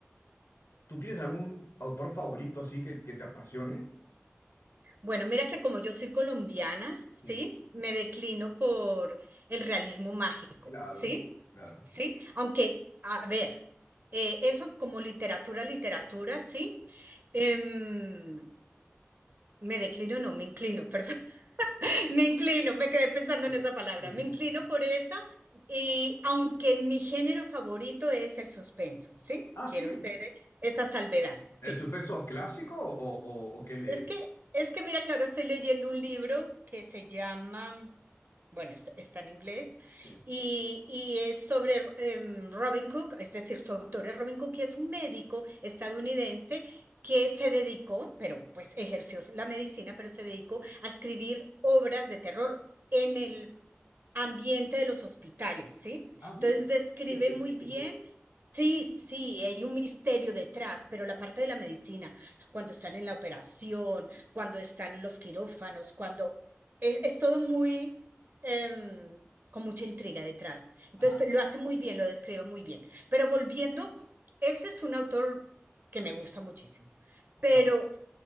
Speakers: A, on the left; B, on the right.
A: ¿tú tienes algún autor favorito así que, que te apasione?
B: Bueno, mira que como yo soy colombiana, ¿sí?
A: Sí,
B: Me declino por el realismo mágico,
A: claro,
B: ¿sí?
A: claro.
B: ¿Sí? Aunque, a ver, eh, eso como literatura, literatura, ¿sí? Em, me declino, no, me inclino, <laughs> perdón. Me inclino, me quedé pensando
A: Claro.
B: en esa palabra.
A: Sí,
B: Me
A: sí,
B: inclino
A: sí, sí.
B: por esa y aunque mi género favorito es el suspenso, ¿sí?
A: Ah,
B: Quiero
A: sí.
B: ser eh, esa salvedad,
A: ¿El
B: sí.
A: suspenso clásico o, o, o qué le...?
B: Es que, es que mira que ahora estoy leyendo un libro que se llama, bueno, está, está en inglés,
A: Sí.
B: y, y es sobre em, Robin Cook, es decir, su autor es Robin Cook, y es un médico estadounidense que se dedicó, pero pues ejerció la medicina, pero se dedicó a escribir obras de terror. En el ambiente de los hospitales, ¿sí?
A: Ah, mira,
B: Entonces describe
A: qué específico.
B: muy bien, sí, sí, hay un misterio detrás, pero la parte de la medicina, cuando están en la operación, cuando están en los quirófanos, cuando es, es todo muy, em, con mucha intriga detrás. Entonces
A: Ah,
B: lo hace muy bien, lo describe muy bien. Pero volviendo, ese es un autor que me gusta muchísimo, pero
A: ajá,